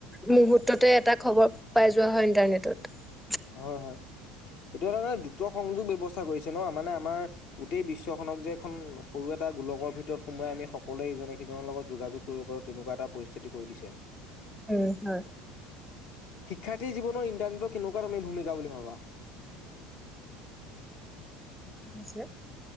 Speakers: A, in the centre; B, on the left.
A: মুহূৰৰ্ততে এটা খবৰ পাইছো। খবৰ লোৱা হয় ইণ্টাৰনেটত
B: হয় হয় এইটো তাৰ মাৰ দ্ৰুত সংযোগ ব্যৱস্থা কৰিছে ন মানে আমাৰ গোটেই বিশ্বখনক যে এখন সৰু এটা এটা গোলকৰ ভিতৰত সোমাই আমি সকলোৱে ইজনে সিজনৰ লগত যোগাযোগ কৰিব পাৰোঁ তেনেকুৱা এটা পৰিস্থিতি কৰি দিছে
A: উম হয়।
B: শিক্ষাৰ্থী জীৱনৰ ইন্টাৰনেটৰ কেনেকুৱা তুমি ভূমিকা বুলি ভাবা।
A: কি কৈছে